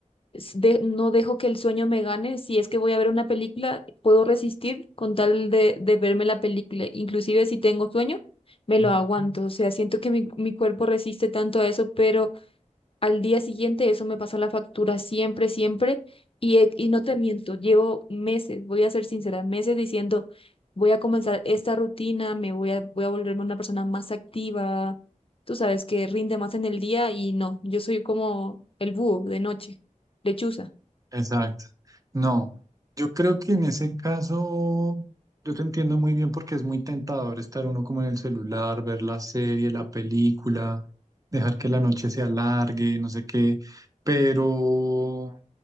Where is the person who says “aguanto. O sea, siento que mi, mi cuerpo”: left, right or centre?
Left